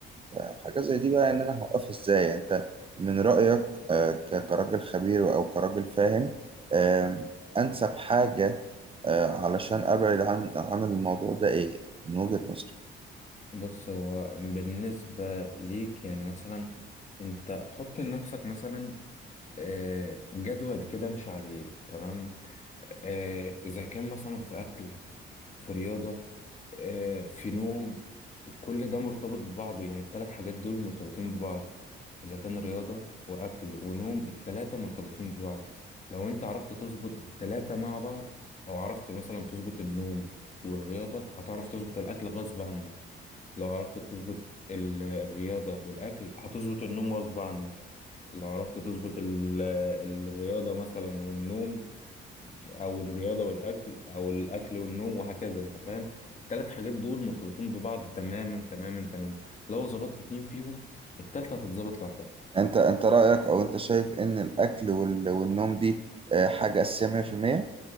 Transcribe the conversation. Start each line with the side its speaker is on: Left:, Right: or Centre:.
Right: فحاجات زي دي بقى ان انا هوقفها ازاي يعني انت من رأيك آه، ك- كراجل خبير او كراجل فاهم آم، انسب حاجة آه، علشان ابعد عن عن الموضوع ده ايه من وجهة نظرك
Left: بص هو بالنسبة ليك يعني مثلا انت حط لنفسك مثلا آه، جدول كده امشي عليه تمام آه، اذا كان مثلا في اكل في رياضة آه، في نوم كل ده مرتبط ببعضه يعني الثلاث حاجات دول مرتبطين ببعض إذا كان رياضة وأكل ونوم التلاتة مرتبطين ببعض لو أنت عرفت تظبط التلاتة مع بعض أو عرفت مثلا تظبط النوم والرياضة هتعرف تظبط الأكل غصب عنك لو عرفت تظبط ال- الرياضة والأكل هتظبط النوم غصب عنك لو عرفت تظبط ال- الرياضة مثلا والنوم او الرياضه والاكل او الاكل والنوم وهكذا انت فاهم الثلاث حاجات دول مرتبطين ببعض تماما تماما تماما لو ظبطت اتنين فيهم التالتة هتتظبط لوحدها
Right: يعني انت انت رأيك او انت شايف ان الاكل وال- والنوم دي آه، حاجة اساسية 100%